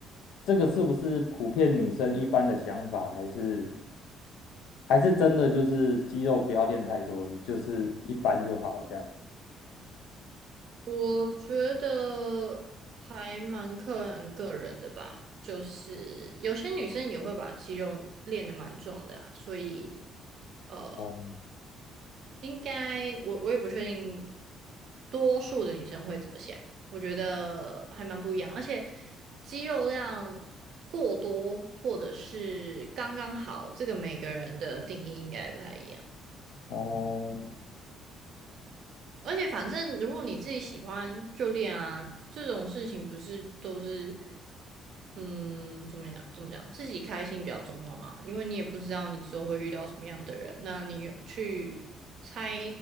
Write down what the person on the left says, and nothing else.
这个是不是普遍女生一般的想法，还是还是真的就是肌肉不要练太多，你就是一般就好这样。
哦
哦